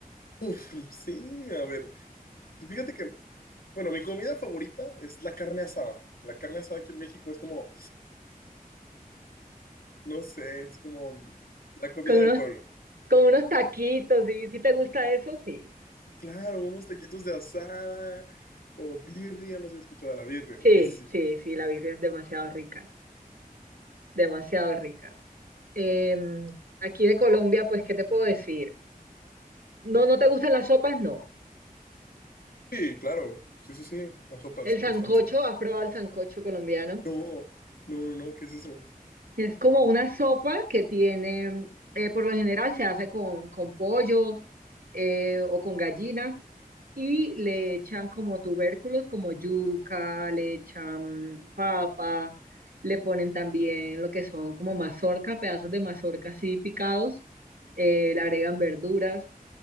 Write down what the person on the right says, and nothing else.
con unos,
con unos taquitos, ¿sí? ¿Sí te gusta eso? Sí,
sí,
sí, sí, la birria es demasiado rica, demasiado rica. Em, aquí de Colombia, pues, ¿qué te puedo decir? No, ¿no te gustan las sopas? No.
¿El
sancocho?
¿Has probado el sancocho colombiano?
Es como una sopa que tiene, eh, por lo general se hace con, con pollo eh, o con gallina y le echan como tubérculos como yuca, le echan papa, le ponen también lo que son como mazorca, pedazos de mazorca así picados, eh, le agregan verduras.